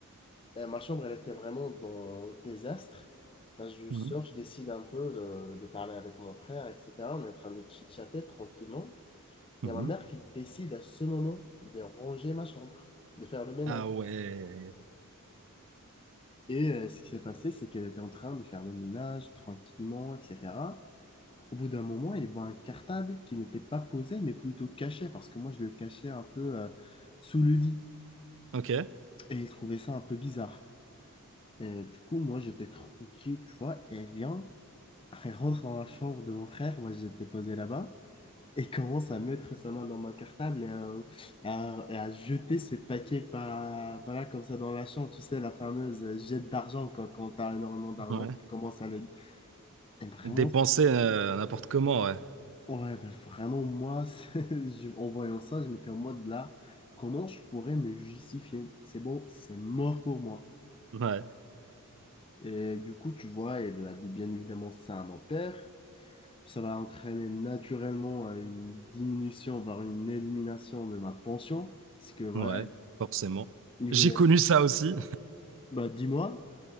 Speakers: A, on the left; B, on the right.
A: euh, ma chambre, elle était vraiment dans le désastre. Là, je
B: Mhm.
A: sors, je décide un peu de, de parler avec mon frère, etc. On est en train de chit-chatter tranquillement. Il
B: Mhm.
A: y a ma mère qui décide à ce moment de ranger ma chambre, de faire le ménage.
B: Ah ouais,
A: Et euh, ce qui s'est passé, c'est qu'elle était en train de faire le ménage tranquillement, etc. Au bout d'un moment, elle voit un cartable qui n'était pas posé, mais plutôt caché, parce que moi, je le cachais un peu euh, sous le lit.
B: ok,
A: Et il trouvait ça un peu bizarre. Et du coup, moi, j'étais tranquille, tu vois, et elle vient, <laughs> Elle rentre dans la chambre de mon frère, moi j'étais posé là-bas, et commence à mettre sa main dans mon cartable et à, à- et à jeter ses paquets par, voilà, comme ça dans la chambre, tu sais, la fameuse jette d'argent, quand, quand t'as énormément d'argent,
B: ouais.
A: tu commences à les... Et vraiment,
B: Dépenser
A: c'est-
B: euh, n'importe comment, ouais.
A: ouais, mais vraiment, moi, <laughs> c'est- je- en voyant ça, je m'étais en mode là, comment je pourrais me justifier? C'est bon, c'est mort pour moi.
B: Ouais,
A: Et du coup, tu vois, elle a dit bien évidemment ça à mon père. ça va entraîner naturellement à une diminution, voire une élimination de ma pension. Parce que voilà,
B: ouais, forcément.
A: il
B: J'ai
A: venait,
B: connu ça aussi.
A: bah, dis-moi,